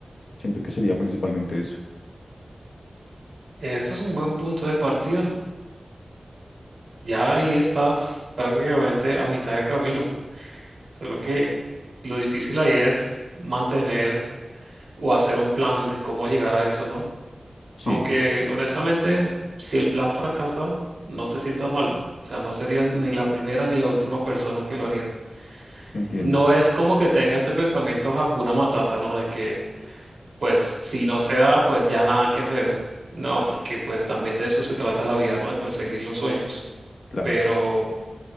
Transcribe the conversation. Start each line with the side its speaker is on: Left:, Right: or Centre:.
Left: Siento que sería principalmente eso.
Right: Eso es un buen punto de partida. Ya ahí estás prácticamente a mitad de camino. Solo que lo difícil ahí es mantener o hacer un plan de cómo llegar a eso, ¿no?
Left: Sí,
Right: Aunque honestamente, si el plan fracasa, no te sientas mal. O sea, no serías ni la primera ni la última persona que lo haría.
Left: entiendo,
Right: No es como que tenga ese pensamiento Hakuna Matata, ¿no? De que, pues, si no se da, pues ya nada que hacer. No, porque pues también de eso se trata la vida, ¿no? De perseguir los sueños.
Left: claro.
Right: Pero